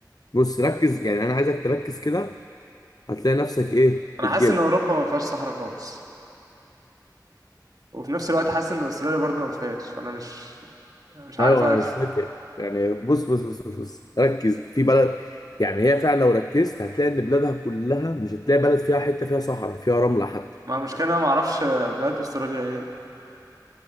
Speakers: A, on the left; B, on the right.
A: بص ركز يعني انا عايزك تركز كده هتلاقي نفسك ايه
B: انا
A: بتجيبها
B: حاسس ان اوروبا ما فيهاش صحراء خالص وفي نفس الوقت حاسس ان استراليا برضو ما فيهاش فانا مش مش عارف
A: ايوه
B: ارسم
A: انا مش فاكر يعني بص بص بص بص, بص. ركز في بلد يعني هي فعلا لو ركزت هتلاقي ان بلادها كلها مش هتلاقي بلد فيها حته فيها صحراء فيها رمله حتى
B: ما المشكله إن انا ما اعرفش بلاد استراليا ايه